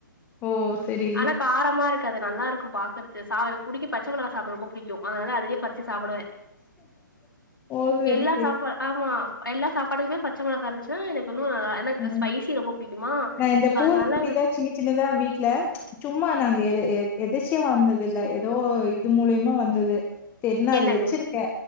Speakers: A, on the left; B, on the left.
A: ஓ! சரி.
B: ஆனா காரமா இருக் கது நல்லார்க்கு பாக்கறது சா புடிக்கு பச்ச மொளகா சாப்ட ரொம்ப புடிக்கு அனால அதயே பறிச்சு சாப்டுவே
A: போது வை
B: எல்லா
A: பேயி
B: சாப்பா ஆமா எல்லா சாப்பாட்டுக்குமே பச்ச மொளகா இருந்துச்சன்னா எனக்கு இன்னு ஆ எனக்கு
A: ம்.
B: ஸ்பைசி ரொம்ப புடிக்குமா
A: நான் இந்த பூந்தொட்டி
B: அதனால
A: தான் சின்ன சின்னதா வீட்ல சும்மா நாங்க எத எ எதாச்சு வந்தது இல்ல ஏதோ இது மூலியமா வந்தது தெரி நா
B: என்னது
A: அது வெச்சிருக்கே